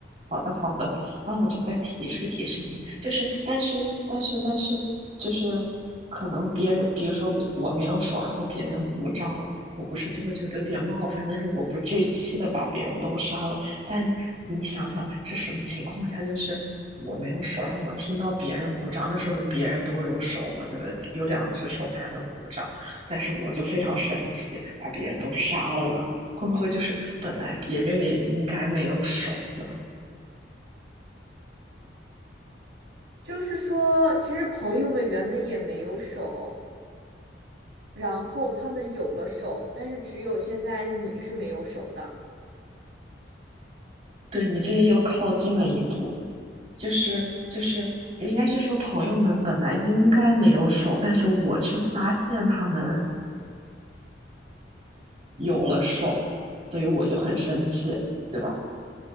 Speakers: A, on the right (about 35°); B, on the right (about 85°).
A: 好的，好的，那我就再提示提示你，就是，但是，但是，但是，就是，可能别人，比如说我我没有手，然后别人鼓掌了，我不是就会觉得有点冒犯，但是我不至于气的把别人都杀了。但你想想是什么情况下，就是我没有手，然后我听到别人鼓掌，那说明别人都有手嘛，对不对？有两只手才能鼓掌，但是我就非常神奇，把别人都杀了呢，会不会就是本来别人也应该没有手？呢？
B: 就是说，其实朋友们原本也没有手。然后他们有了手，但是只有现在你是没有手的。
A: 对你这又靠近了一步，就是就是，应该是说朋友们本来应该没有手，但是我却发现他们有了手，所以我就很生气，对吧？